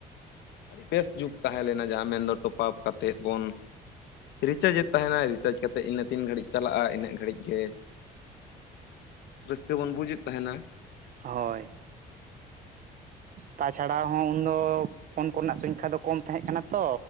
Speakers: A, on the left; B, on the right.
A: ᱟᱹᱰᱤ ᱵᱮᱥ ᱡᱩᱜᱽ ᱛᱟᱦᱮᱸ ᱞᱮᱱᱟ ᱡᱟᱦᱟᱸ ᱢᱮᱱ ᱫᱚ ᱴᱚᱯᱟᱯ ᱠᱟᱛᱮᱫ ᱵᱚᱱ ᱨᱤᱪᱟᱡᱮᱫ ᱛᱟᱦᱮᱱᱟᱭ ᱨᱤᱪᱟᱡᱽ ᱠᱟᱛᱮᱜ ᱤᱱᱟᱹ ᱛᱤᱱ ᱜᱷᱟᱹᱲᱤᱡ ᱪᱟᱞᱟᱜᱼᱟ ᱤᱱᱟᱹᱜ ᱜᱷᱟᱹᱲᱤᱡ ᱜᱮ ᱨᱟᱹᱥᱠᱟᱹ ᱵᱚᱱ ᱵᱩᱡᱮᱫ ᱛᱟᱦᱮᱸᱱᱟ᱾
B: ᱦᱳᱭ, ᱛᱟᱪᱷᱟᱲᱟ ᱦᱚᱸ ᱩᱱᱫᱚ ᱯᱷᱳᱱ ᱠᱚᱨᱮᱱᱟᱜ ᱥᱚᱝᱠᱷᱟ ᱫᱚ ᱠᱚᱢ ᱛᱟᱦᱮᱸᱜ ᱠᱟᱱᱟ ᱛᱚ,